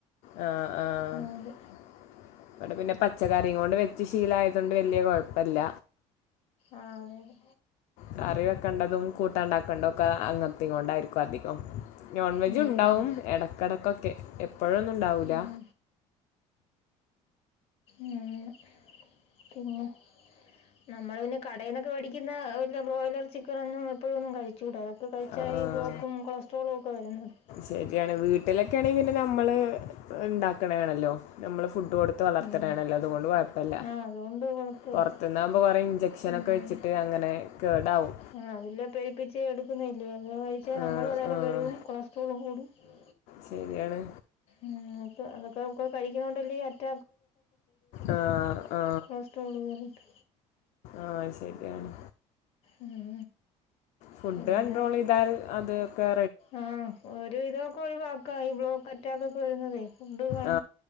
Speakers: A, on the left; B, on the left.
A: ആ ആവിടെ
B: ആ, അതെ
A: പിന്നെ പച്ചക്കറിംങ്ങോണ്ട് വെച്ച് ശീലായതോണ്ട് വല്ല്യ കൊഴപ്പല്ല
B: ആ അതെ അതെ
A: കറി വെക്കെണ്ടതും കൂട്ടാണ്ടാക്കൊണ്ടൊക്കെ അങ്ങത്തും കൊണ്ടായിരിക്കും അധികം നോൺ വെജും
B: ഉം,
A: ഇണ്ടാവും
B: ഉം.
A: എടക്കടക്കൊക്കെ എപ്പഴൊന്നും ഇണ്ടാവൂല
B: ഉം, ഉം പിന്നെ നമ്മൾ പിന്നെ കടയിന്നൊക്കെ വെടിക്കുന്ന ബ്രോയിലർ ചിക്കനൊന്നും എപ്പഴൊന്നും കഴിച്ചുടാ കഴിച്ചാ
A: ആഹ്
B: ഈ ബ്ലോക്കും കൊളസ്ട്രോളും ഒക്കെ വരുന്നത്
A: ശരിയാണ് വീട്ടിലൊക്കൊയാണെങ്കി പിന്നെ ഞമ്മൾ ഇണ്ടാക്ക്ണെ ആണല്ലോ നമ്മൾ ഫു ഫുഡ് കൊടുത്ത് വളർത്ത്ണെയാണല്ലോ
B: ഉം.
A: അതുകൊണ്ട് കൊഴപ്പല്ല
B: ആ അതുകൊണ്ട് കുഴപ്പമില്ല
A: പൊർത്ത്ന്നാമ്പും കൊറേ ഇഞ്ചക്ഷനൊക്കെ
B: ഉം.
A: വെച്ചിട്ട് അങ്ങനെ കേടാവും
B: ആ അതില്ല പേരിപ്പിച്ച് എട്ക്കുന്നില്ലേ അത് കഴിച്ചാൽ
A: ആഹ്
B: നമ്മളും അത് പോലെ
A: ആഹ്
B: വെരും കൊളസ്ട്രോളും കൂടും ആ
A: ശരിയാണ്
B: ഉം ന്നട്ട് അതൊക്കെ കഴിക്കുന്നോണ്ടല്ലെ ഈ അറ്റ
A: ആ ആ
B: കൊളസ്ട്രോൾ കയറിയിട്ട്
A: ആ ശരിയാണ്
B: ഉം
A: ഫുഡ്
B: പിന്നെ
A: കണ്ട്രോൾ ചെയ്താൽ അത് ക്കെ
B: ആ ഒര് വിധൊക്കെ ഒഴിവാക്കാം ഈ ബ്ലോക്ക് അറ്റാക്ക് ഒക്കെ വരുന്നതേ ഫുഡ് കൺ
A: ആ